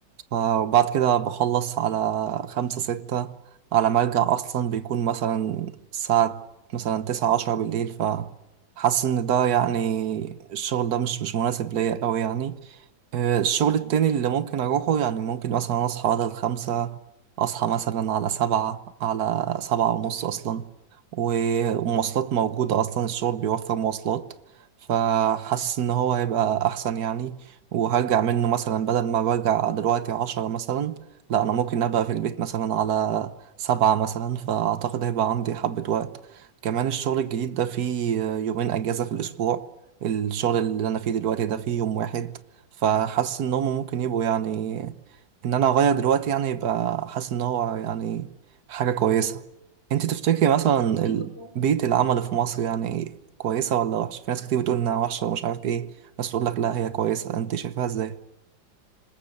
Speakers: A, on the right; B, on the left.
A: فبعد كده بخلص على خمسة ستة على ما أرجع أصلا بيكون مثلا الساعة مثلا تسعة عشرة بالليل فحاسس إن ده يعني الشغل ده مش مش مناسب ليا أوي يعني آه، الشغل
B: مم.
A: التاني اللي ممكن أروحه يعني ممكن مثلا أصحى بدل خمسة أصحى مثلا على سبعة على سبعة ونص أصلا و- والمواصلات موجودة أصلا الشغل بيوفر مواصلات فحاسس إن هو هيبقى أحسن يعني وهرجع منه مثلا بدل ما برجع دلوقتي عشرة مثلا لا أنا ممكن أبقى في البيت مثلا على سبعة مثلا فأعتقد هيبقى عندي حبة وقت كمان الشغل الجديد ده فيه آه، يومين أجازة في الأسبوع الشغل اللي أنا فيه دلوقتي ده فيه يوم واحد فحاسس ان هم ممكن يبقوا يعني ان انا اغير دلوقتي يعني يبقى حاسس ان هو يعني حاجة كويسة انت تفتكري مثلا
B: أيوة
A: ال-
B: طبعاً.
A: بيئة العمل في مصر يعني كويسة ولا وحشة في ناس كتير بتقول انها وحشة ومش عارف ايه بس تقول لك لا هي كويسة انت شايفاها ازاي